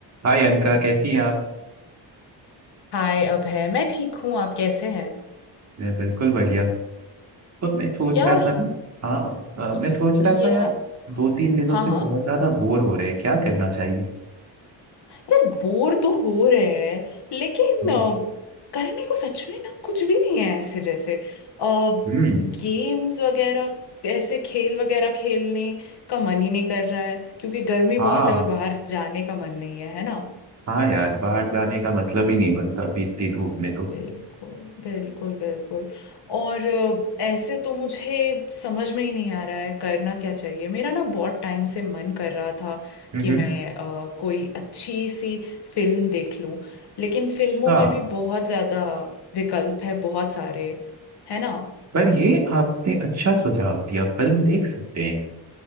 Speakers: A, on the right; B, on the left.
A: हाय अनका कैसी हैं आप
B: हाय अभय मैं ठीक हूँ आप कैसे हैं
A: मैं बिल्कुल बढ़िया तो मैं सोच
B: यार
A: रहा था ना हाँ अ,
B: य-
A: मैं सोच रहा
B: या
A: था यार दो तीन दिनों
B: हाँ
A: से
B: हाँ
A: बहुत ज्यादा बोर हो रहे हैं क्या करना चाहिए
B: यार बोर तो हो रहे हैं लेकिन
A: हम्म
B: अ, करने को सच में ना कुछ भी नहीं है ऐसे जैसे गेम्स
A: हम्म,
B: वगैरह ऐसे खेल वगैरह खेलने का मन ही नहीं कर रहा है क्योंकि गर्मी
A: हाँ
B: बहुत है और बाहर जाने का मन नहीं है है ना
A: हाँ यार बाहर जाने का मतलब ही नहीं बनता अभी इतनी धूप में तो
B: बिल्कुल बिल्कुल बिल्कुल और अ, ऐसे तो मुझे समझ में ही नहीं आ रहा है करना क्या चाहिए मेरा ना बहुत टाइम से मन कर रहा था
A: हम्म
B: कि मैं अ, कोई अच्छी सी फिल्म देख लूं लेकिन
A: अच्छा
B: फिल्मों में भी बहुत ज़्यादा विकल्प है बहुत सारे है ना
A: पर ये आपने अच्छा सुझाव दिया फिल्म देख सकते हैं